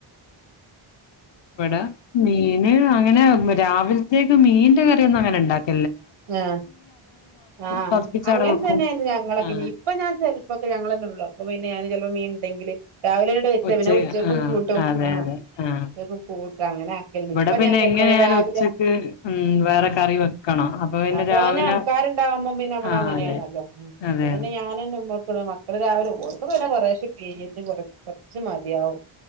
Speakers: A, on the left; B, on the right.
A: വടാ മീന് അങ്ങനെ മ രാവിൽത്തേക്ക് മീന്റെ കറിയൊന്നും അങ്ങനെ ഇണ്ടാക്
B: ആ ആ
A: പതിപ്പിച്ചവിടെ
B: അങ്ങൻ
A: വെക്കും
B: തന്നേണ് ഞങ്ങളൊക്കെ
A: ആഹ്
B: ഇപ്പൊ ഞാൻ ചെലപ്പൊക്കെ ഞങ്ങളല്ലെള്ളൂ അപ്പ പിന്നെ ഞാന് ചെൽപ്പൊ മീൻ ഇണ്ടെങ്കില് രാവിലങ്ങട്ട് വെച്ച
A: ഉച്ച
B: പിന്നെ ഉച്ചക്കും
A: ആഹ്
B: കൂട്ടും
A: അതെ
B: ആ
A: അതെ
B: ഉച്ചകും
A: ആഹ്
B: കൂട്ടും അങ്ങനാകെൽണ്ട്
A: ഇവിടെ
B: ഇപ്പ
A: പിന്നെ
B: ഞാൻ ചെൽപങ്ങനെ
A: എങ്ങനെയായാലും
B: രാവിലെ
A: ഉച്ചക്ക് ഉം
B: ആ
A: വേറെ കറി വെക്കണം അപ്പൊ പിന്നെ
B: ആ തോന്നാൾക്കാര്ണ്ടാകുമ്പ
A: രാവിലെ
B: പിന്നെ അമ്മളങ്ങനേണല്ലോ
A: ആഹ് അതെ
B: മ്മ്
A: അതെ
B: ഇവിടെന്നെ
A: അതെ
B: ഞാനള്ളു നിക്ണെ മക്കള് രാ ഓർക് പിന്നെ കൊറേശെ ഇപ്യേരിയേറ്റ കൊറച് കൊർച് മത്യാവും